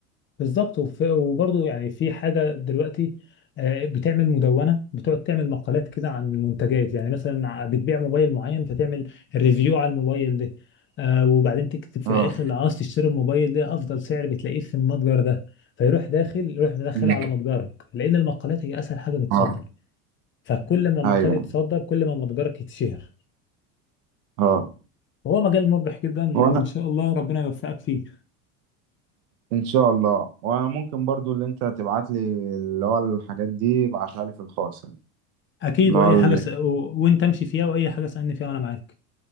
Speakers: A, on the left; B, on the right.
A: بالظبط وف- وبرضه يعني في حاجة دلوقتي آه، بتعمل مدونة بتقعد تعمل مقالات كده عن المنتجات يعني مثلا ع- بتبيع موبايل معين فتعمل ريفيو على الموبايل ده آه، وبعدين تكتب في
B: آه،
A: الآخر لو عاوز تشتري الموبايل ده أفضل سعر بتلاقيه في المتجر ده فيروح داخل يروح مدخله
B: إمم،
A: على متجرك لأن المقالات هي أسهل حاجة بتصدر
B: آه،
A: فكل ما مقال
B: أيوه،
A: يتصدر كل ما متجرك يتشهر
B: آه،
A: وهو مجال مربح جدا
B: وأنا
A: وإن شاء الله ربنا يوفقك فيه
B: ان شاء الله وممكن برضو اللي انت تبعت لي اللي هو الحاجات دي ابعتها لي في الخاص يعني.
A: أكيد
B: اللي
A: وأي
B: هو ال-
A: حاجة س... و... وأنت امشي فيها وأي حاجة سألني فيها وأنا معاك